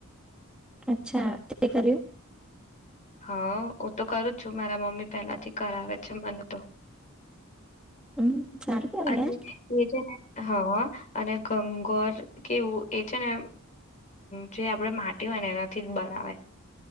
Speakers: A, in the centre; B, on the left.
A: અચ્છા તે કર્યું.
B: હા હું તો કરું છું મારા મમ્મી પહેલાથી કરાવે આવે છે મને તો.
A: હમ્મ સારું કહેવાય
B: અને
A: યાર.
B: એ જે ને હ અને ગગણગોર કેવું એ છે ને જે આપણે માટી હોય ને એનાથી જ બનાવે